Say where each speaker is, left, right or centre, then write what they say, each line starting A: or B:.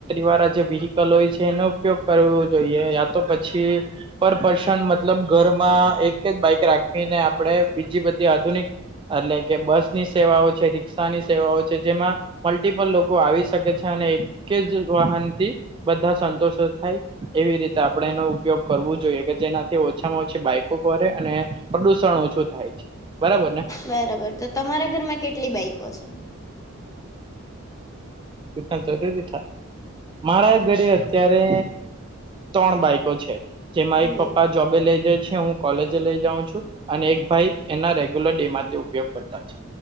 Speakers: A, on the right (about 25°); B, on the left (about 15°).
A: વાળા જે વ્હીકલ હોય છે એનો ઉપયોગ કરવો જોઈએ યા તો પછી પર પર્સન મતલબ ઘરમાં એક જ બાઈક રાખવીને આપણેે બીજી બધી આધુનિક એટલે કે બસની સેવાઓ છે રિક્ષાની સેવાઓ છે જેમાં મલ્ટિપલ લોકો આવી શકે છે અને એક જ વાહનથી બધા સંતોષ થાય એવી રીતે આપણેે એનો ઉપયોગ કરવો જોઈએ કે જેનાથી ઓછામાં ઓછી બાઈકો ફરે અને પ્રદુષણ ઓછું થાય છે બરાબર ને.
B: બરાબર તો તમારા ઘરમાં કેટલી બાઈકો છે.
A: ટ જરૂરી થ મહારાજ અત્યારે ત્રણ બાઈકો છે જેમાં
B: હમ
A: એક પપ્પા જોબે લઈ જઈ છે હું કોલેજે લઈ જાઉં છું. અને એક ભાઈ એના રેગ્યુલર ડે માંથી ઉપયોગ કરતા છે.